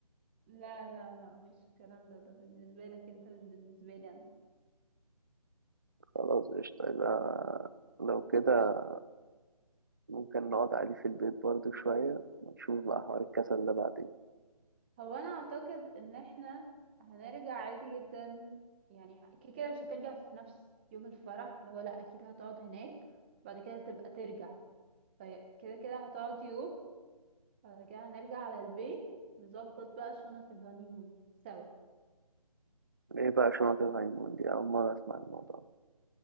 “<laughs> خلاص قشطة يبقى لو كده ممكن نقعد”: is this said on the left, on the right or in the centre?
Right